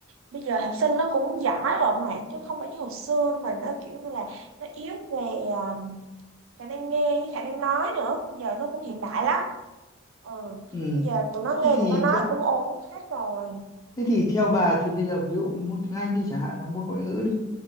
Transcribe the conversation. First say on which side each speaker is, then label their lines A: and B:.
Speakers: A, on the right (about 65°); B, on the left (about 15°).
A: bây giờ học sinh nó cũng giỏi rồi mà chứ không phải như hồi xưa mà nó kiểu như là nó yếu về à, khả năng nghe với khả năng nói nữa bây giờ nó cũng hiện đại lắm ừ.
B: Ừ.
A: bây giờ tụi nó
B: Thế
A: nghe
B: thì
A: tụi nó nói
B: theo
A: cũng ổn hết rồi
B: thế thì theo bà thì bây giờ ví dụ môn tiếng Anh đi chẳng hạn hoặc môn ngoại ngữ đi